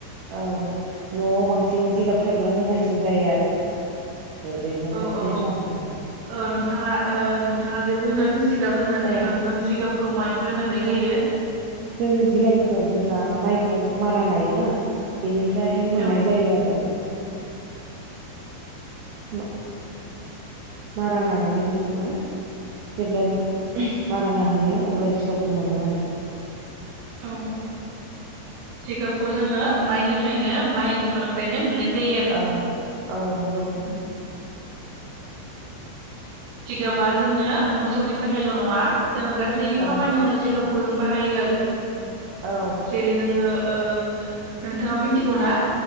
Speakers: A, on the right; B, on the right.
A: औ न'आव बांसिन जिगाब थायोब्ला मोजांसिन जायो आरो। दैज्लां
B: औ औ
A: समावहाय
B: औ नोंथाङा ओ नोंथाङा जे बुंदों जिगाब होननानै
A: औ
B: ओ जों जिगाब खौ मानिफ्राय मोननाय जायो?
A: जोंनि जिगांनिफ्राय जेब्ला माइखौ मारा नायोना बेनिफ्राय ओमफ्रायहाय मोननाय
B: औ
A: जायो आरो। मा मारा नानानै बेखौहाय जेब्ला मारा नाहोयो अब्ला जिगाबखौ मोनो आरो।
B: औ औ जिगाबखौ जोङो माइनिफ्रायनो माइ बिफांनिफ्रायनो मोननाय जायो। आरो
A: ओं औ नंगौ नोंथां।
B: उम सिगाबा जोंनो मोसौनि थाखायल' नङा जोङो गासै
A: औ
B: खामानियावनो जिगाब खौ जजों बाहायो आरो
A: औ
B: जेरै जोंङो ओ नोंथाङा मिथिगौ ना